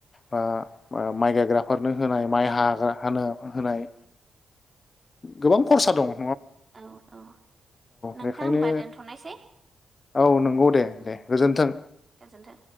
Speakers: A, on the left (about 40°); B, on the right (about 35°).
A: बा माइ गायग्राफोरनो। होनाय माइ हाग्रा हानो होनाय। गोबां खरसा दङ
B: औ औ नोंथां
A: बेखायनो
B: होमबा दोनथ'नायसै।
A: औ नों नंगौ दे
B: उम
A: दे गोजोनथों।
B: गोजोन्थों।